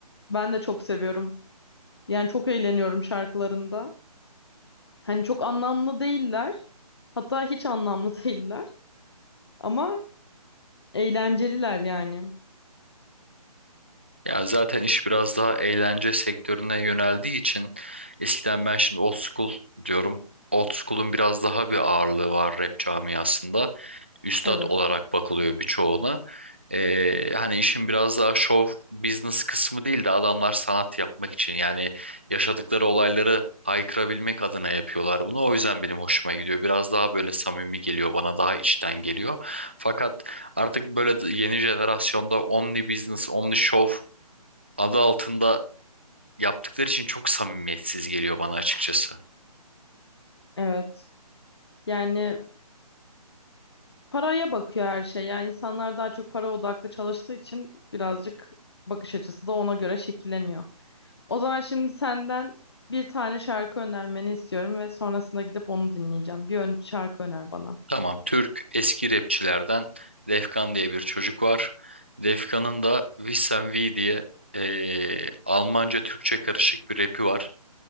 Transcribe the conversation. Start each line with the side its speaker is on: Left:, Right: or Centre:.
Left: Ben de çok seviyorum. Yani çok eğleniyorum şarkılarında. Hani çok anlamlı değiller. Hatta hiç anlamlı <laughs> değiller. Ama eğlenceliler yani.
Right: Ya zaten iş biraz daha eğlence sektörüne yöneldiği için eskiden ben şimdi old school diyorum. Old school'un biraz daha bir ağırlığı var rap camiasında. Üstad
Left: Evet.
Right: olarak bakılıyor birçoğuna. Ee, hani işin biraz daha show business kısmı değil de adamlar sanat yapmak için yani yaşadıkları olayları haykırabilmek adına yapıyorlar bunu. O yüzden benim hoşuma gidiyor. Biraz daha böyle samimi geliyor bana daha içten geliyor. Fakat artık böyle yeni jenerasyonda only business, only show adı altında yaptıkları için çok samimiyetsiz geliyor bana açıkçası.
Left: Evet. Yani paraya bakıyor her şey. Yani insanlar daha çok para odaklı çalıştığı için birazcık bakış açısı da ona göre şekilleniyor. O zaman şimdi senden bir tane şarkı önermeni istiyorum ve sonrasında gidip onu dinleyeceğim. Bir ön şarkı öner bana.
Right: Tamam, Türk eski rapçilerden Defkan diye bir çocuk var. Defkan'ın da Wissen V diye eee, Almanca Türkçe karışık bir rapi var.